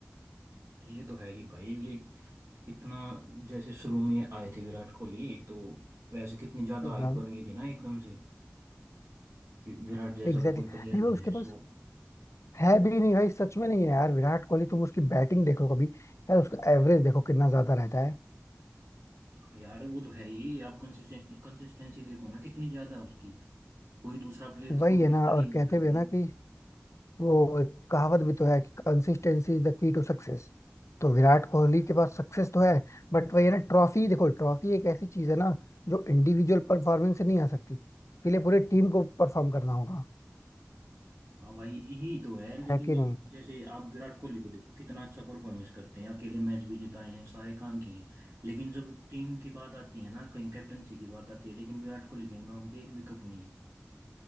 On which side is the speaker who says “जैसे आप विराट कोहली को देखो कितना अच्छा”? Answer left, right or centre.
Right